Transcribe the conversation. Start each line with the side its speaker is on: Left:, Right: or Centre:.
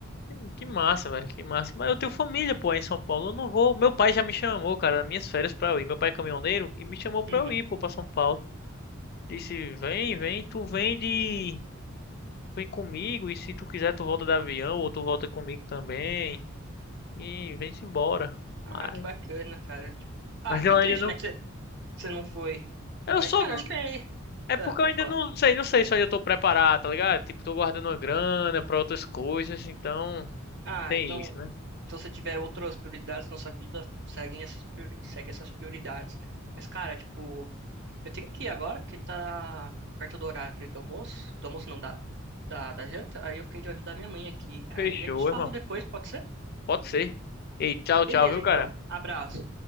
Left: que, que massa, velho, que massa. Mas eu tenho família, pô, aí em São Paulo. Eu não vou. Meu pai já me chamou, cara, nas minhas férias pra eu ir. Meu pai é caminhoneiro e me chamou pra
Right: Uhum.
Left: eu ir, pô, pra São Paulo. Disse: vem, vem, tu vem de. Vem comigo e se tu quiser, tu volta de avião ou tu volta comigo também. E vem-se embora.
Right: Ah,
Left: Ai,
Right: que bacana, cara. Tipo, Ah,
Left: Mas
Right: que
Left: eu ainda
Right: triste,
Left: não.
Right: né, que você, você não foi.
Left: Eu
Right: Mas,
Left: sou
Right: cara, acho que é...
Left: É
Right: Ah,
Left: porque
Right: pode
Left: eu ainda
Right: falar.
Left: não sei, não sei se eu ainda tô preparado, tá ligado? Tipo, tô guardando uma grana pra outras coisas, então
Right: Ah,
Left: tem
Right: então,
Left: isso, né?
Right: se você tiver outras prioridades na sua vida, seguem essas priori- segue essas prioridades. Mas, cara, tipo, eu tenho que ir agora porque tá perto do horário do almoço. Do almoço não dá. Da, da janta. Aí eu fiquei de ajudar minha mãe aqui. Aí
Left: Fechou,
Right: a gente fala
Left: irmão.
Right: depois, pode ser?
Left: Pode ser. Ei, tchau,
Right: Beleza,
Left: tchau, viu,
Right: então.
Left: cara?
Right: Abraço.